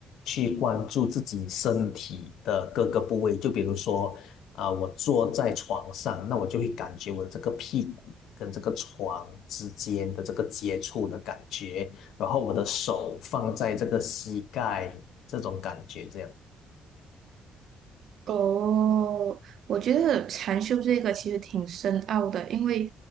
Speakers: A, on the left; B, on the right.
A: 去关注自己身体的各个部位，就比如说啊、我坐在床上，那我就会感觉我这个屁股跟这个床之间的这个接触的感觉，然后我的手放在这个膝盖这种感觉，这样。
B: 哦，我觉得禅修这个其实挺深奥的，因为